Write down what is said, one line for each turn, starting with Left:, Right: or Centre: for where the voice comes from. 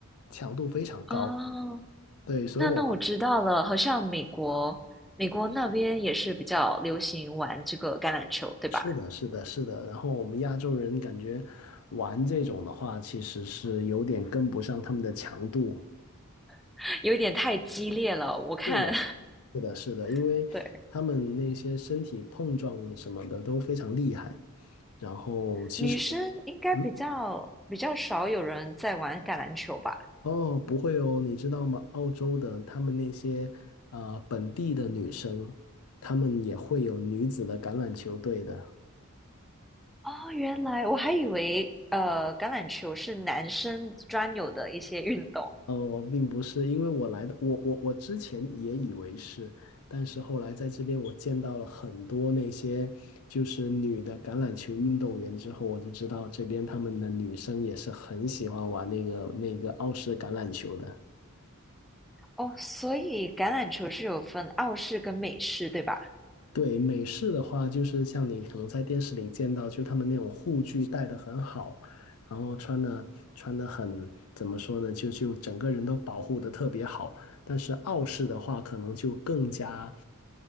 Left: 强度非常高。
Centre: 哦，
Left: 对，所以我
Centre: 那那我知道了，好像美国美国那边也是比较流行玩这个橄榄球，对吧？
Left: 是的，是的，是的。然后我们亚洲人感觉玩这种的话，其实是有点跟不上他们的强度。
Centre: <laughs> 有点太激烈了，我看，
Left: 是的，是的，是的，因为他们那些身体碰撞什么的都非常厉害。
Centre: <laughs> 对，
Left: 然后其实我
Centre: 女生应该比较比较少有人在玩橄榄球吧？
Left: 嗯，哦，不会哦，你知道吗？澳洲的他们那些呃本地的女生，她们也会有女子的橄榄球队的。
Centre: 哦，原来我还以为呃，橄榄球是男生专有的一些运动
Left: 呃，我并不是，因为我来的，我我我之前也以为是，但是后来在这边我见到了很多那些就是女的橄榄球运动员之后，我就知道这边他们的女生也是很喜欢玩那个那个澳式橄榄球的。
Centre: 哦，所以橄榄球是有分澳式跟美式，对吧？
Left: 对，美式的话，就是像你可能在电视里见到，就他们那种护具戴的很好，然后穿的穿的很，怎么说呢，就就整个人都保护的特别好。但是澳式的话，可能就更加，